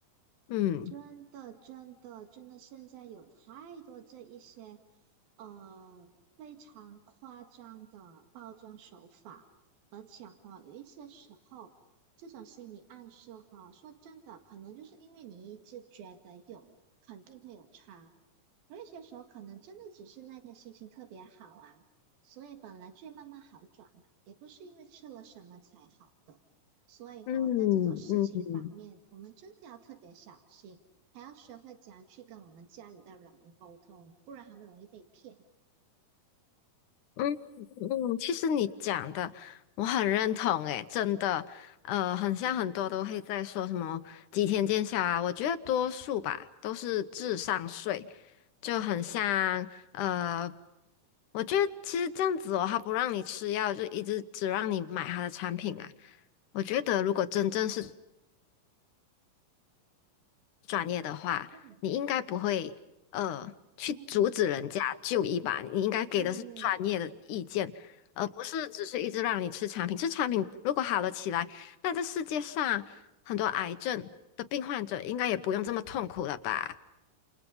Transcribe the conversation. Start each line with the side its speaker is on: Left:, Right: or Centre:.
Left: 嗯
Right: 真的，真的，真的，现在有太多这一些，呃，非常夸张的包装手法，而且哈、有一些时候，这种心理暗示哈、说真的，可能就是因为你一直觉得有，肯定会有差，而有些时候可能真的只是那天心情特别好啊，所以本来就会慢慢好转了，也不是因为吃了什么才好的。所以哦，
Left: 嗯嗯，
Right: 在这种事情方面，
Left: 嗯。
Right: 我们真的要特别小心，还要学会怎样去跟我们家里的老人沟通，不然他们容易被骗。
Left: 嗯嗯，其实你讲的我很认同，诶，真的，呃，很像很多都会在说什么几天见效啊，我觉得多数吧都是智商税，就很像，呃，我觉得其实这样子哦，他不让你吃药，就一直只让你买他的产品啊，我觉得如果真正是专业的话，
Right: 嗯
Left: 你应该不会呃去阻止人家就医吧？
Right: 嗯
Left: 你应该给的是专业的意见，
Right: 嗯，
Left: 而不是只是一直让你吃产品。吃产品如果好了起来，那这世界上很多癌症的病患者应该也不用这么痛苦了吧？